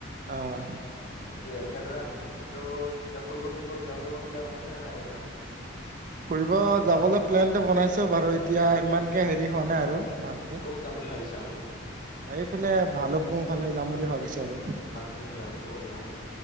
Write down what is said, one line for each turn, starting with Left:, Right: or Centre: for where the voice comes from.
Right: অ',
Left: অ, এইটোৱে আৰু এতিয়া ধৰা এইটো এতিয়া ফুৰিব চুৰিব যাবলৈ কবাত প্লে বনাইছে নে নাই বনোৱা?
Right: ফুৰিব যাবলৈ প্লেন টো বনাইছোঁ বাৰু এতিয়া ইমানকে হেৰি হোৱা নাই আৰু ভাল।
Left: ক'ত যাম বুলি ভাবিছা?
Right: এইফালে ভালোক পুং ফালে যাম বুলি ভাবিছো আৰু।
Left: ভালুক পুং ফালে অহ, বঢ়িয়া